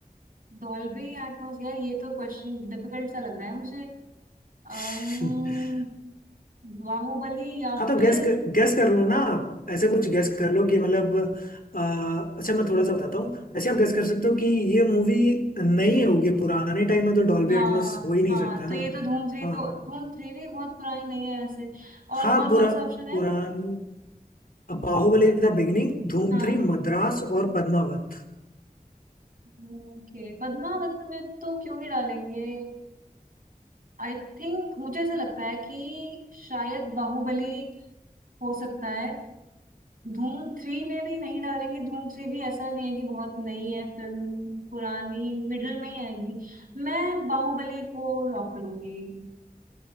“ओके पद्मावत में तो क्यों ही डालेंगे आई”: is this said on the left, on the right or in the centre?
Right